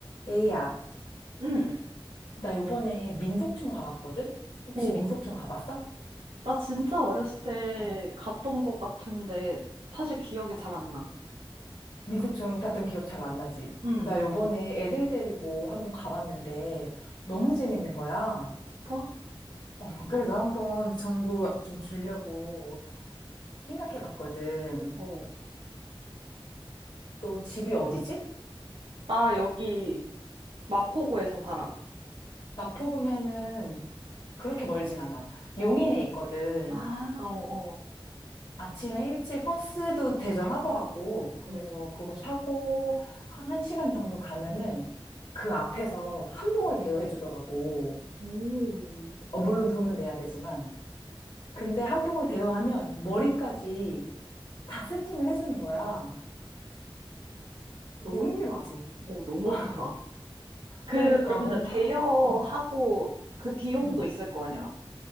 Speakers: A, on the left; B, on the right.
A: 에이야,
B: 응.
A: 나 요번에 민속촌 가봤거든? 혹시
B: 오,
A: 민속촌 가봤어?
B: 나 진짜 어렸을 때
A: 어.
B: 갔던 것 같은데 사실 기억이 잘 안 나.
A: 민속촌 갔던 기억 잘 안 나지?
B: 응.
A: 나 요번에 애들 데리고 한번 가봤는데 너무 재밌는 거야.
B: 진짜?
A: 어, 그래서 한번 정보 좀 주려고 생각해 봤거든.
B: 어.
A: 너 집이 어디지?
B: 나 여기 마포구에서 살아.
A: 마포구면은 그렇게 멀진 않아.
B: 어.
A: 용인에 있거든.
B: 아, 어, 어.
A: 아침에 일찍 버스도 대절하더라고. 그래서
B: 어.
A: 그거 타고 한 1시간 정도 가면은 그 앞에서 한복을 대여해 주더라고.
B: 오,
A: 어, 물론 돈은 내야 되지만. 근데 한복을 대여하면 머리까지 다 세팅을 해 주는 거야.
B: 너무
A: 되게 흥미롭지?
B: 좋다. 오, 너무
A: <laughs>
B: 좋다.
A: 그러니까
B: 그, 그러면은
A: 뭔가,
B: 대여하고
A: 어,
B: 그 비용도
A: 음.
B: 있을 거 아니야.